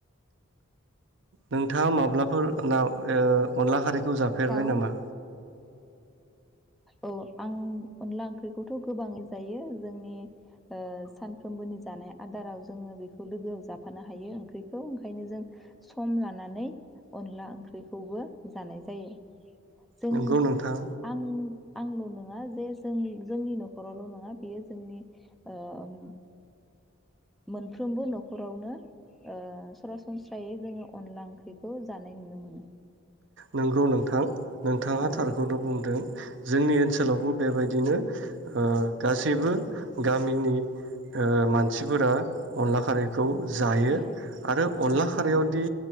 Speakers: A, on the right (about 60°); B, in the centre.
A: नोंथाङा माब्लाफोर ना ओ अनला खारै खौ जाफेरबाय
B: दाउ
A: नामा?
B: औ आं अनला ओंख्रिखौथ' गोबाङै जायो जोंनि ओ सानफ्रोमबोनि जानाय आदाराव जोङो बेखौ लोगोआव जाफानो हायो ओंख्रिखौ ओंखायनो जों सम लानानै। अनला ओंख्रिखौबो। जानाय जायो। जों
A: नंगौ नोंथां
B: आं। आंल' नङा जे जोंनि जोंनि न'खरावल' नङा बेयो जोंनि ओम मोनफ्रोमबो न'खरावनो ओ सरासनस्रायै जोङो अनला ओंख्रिखौ जानाय नुनो मोनो।
A: नोंगौ नोंथां नोंथाङा
B: औ
A: थारखौनो बुंदों। जोंनि ओनसोलावबो बेबायदिनो ओ गासैबो गामिनि। ओ मानसिफोरा। अनला खारैखौ। जायो
B: औ
A: आरो अनला खारायावदि